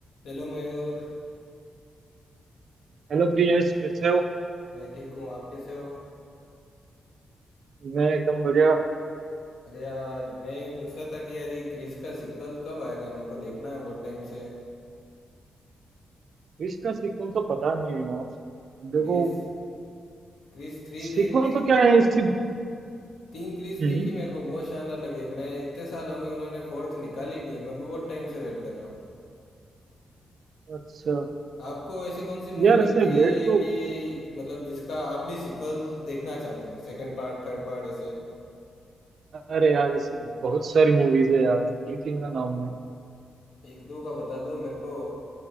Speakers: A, on the left; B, on the right.
A: Hello Mayur
B: Hello Priyesh कैसे हो
A: मैं ठीक हूँ आप कैसे हो
B: मैं एकदम बढ़िया
A: अरे यार मैं यूँ पूछ रहा था कि यार ये क्रिस का सीक्वल कब आएगा मेरे को देखना है बहुत टाइम से
B: विश का सीक्वेंस तो पता नहीं है यार
A: क्रिस
B: देखो
A: क्रिस थ्री
B: सीक्वेंस
A: देख ती,
B: तो क्या है इसकी
A: तीन क्रिस
B: हम्म
A: देखी मेरे को बहुत शानदार लगी अब मैं इतने साल हो गए उन्होंने फोर्थ निकाली नहीं है मैं बहुत टाइम से वेट कर रहा हूँ
B: अच्छा
A: आपको ऐसी कौन सी मूवी
B: यार
A: लगती
B: ऐसे वेट
A: है
B: तो
A: कि मतलब जिसका आप भी सीक्वल देखना चाहते हैं सेकंड पार्ट थर्ड पार्ट ऐसे
B: अरे यार इसकी बहुत सारी मूवीज है यार मैं तीन तीन का नाम लिया
A: एक दो का बता दो मेरे को